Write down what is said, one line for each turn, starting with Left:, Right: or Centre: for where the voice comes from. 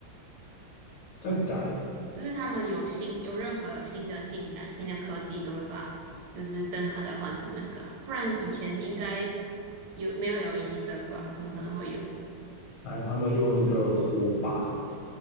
Left: 再改，
Right: 就是他们有新有任何有新的进展、新的科技，都会把就是灯塔再换成那个啊不然以前应该有没有 LED 灯吧？怎么可能会有？
Left: 哎，他们用一个火把